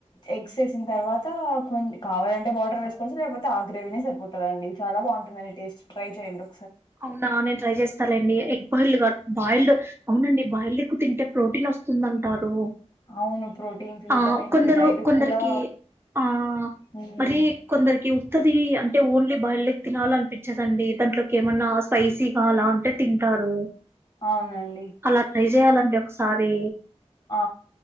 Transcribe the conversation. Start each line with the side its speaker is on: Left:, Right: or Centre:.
Left: ఎగ్స్ వేసిన తర్వాత కొం కావాలంటే వాటర్ వేసుకోవచ్చు లేకపోతే ఆ గ్రేవీనేే సరిపోతుందండి చాలా బాగుంటుందని టేస్ట్ ట్రై చేయండు.
Right: అవునా నేను ట్రై చేస్తాలేండి ఎగ్ బాయిల్డ్ కాదు బాయిల్డ్ అవునండి బాయిల్డ్ ఎగ్ తింటే ప్రోటీన్ వస్తుందంటారు.
Left: అవును ప్రోటీన్స్, విటమిన్స్
Right: ఆ కొందరు
Left: డైట్
Right: కొందరికి
Left: కూడా
Right: ఆ
Left: హ్మ్
Right: మరి కొందరికి ఉత్తది అంటే ఓన్లీ బల్లిక్ తినాలి అనిపించదండి దాంట్లో ఏమన్నా స్పైసీగా అలా ఉంటే తిన్ టారు
Left: అవునండి.
Right: అలా ట్రై జెయాలండి ఒకసారి
Left: ఆ